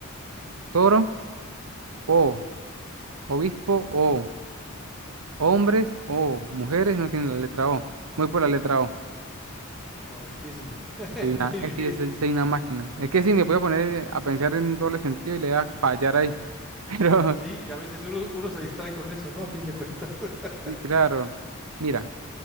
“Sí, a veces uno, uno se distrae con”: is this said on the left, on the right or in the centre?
Centre